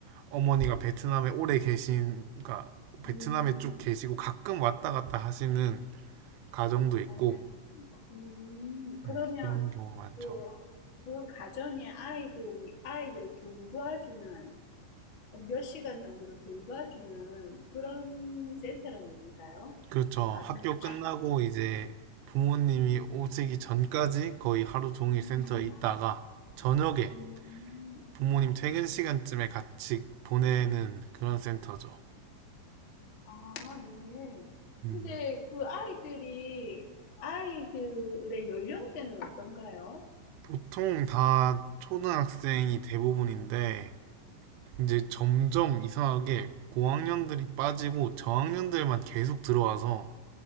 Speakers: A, on the right; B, on the left.
A: 어머니가 베트남에 오래 계신, 그러니까 베트남에
B: 음,
A: 쭉 계시고 가끔 왔다 갔다 하시는 가정도 있고,
B: 어, 음, 그러면
A: 음, 그런 경우가 많죠.
B: 그 그 가정에 아이들이 아이들을 돌봐주는 어, 몇 시간 정도를 돌봐주는 그런 센터란 얘기인가요?
A: 그렇죠.
B: 아동
A: 학교
B: 프로 그렇죠.
A: 끝나고 이제 부모님이 오시기 전까지 거의 하루 종일
B: 음,
A: 센터에 있다가 저녁에
B: 음,
A: 부모님
B: 아,
A: 퇴근 시간쯤에 같이 보내는 그런 센터죠.
B: 아, 네.
A: 음.
B: 근데 그 아이들이 아이들의 연령대는 어떤가요?
A: 보통 다 초등학생이 대부분인데 이제 점점 이상하게 고학년들이 빠지고 저학년들만 계속 들어와서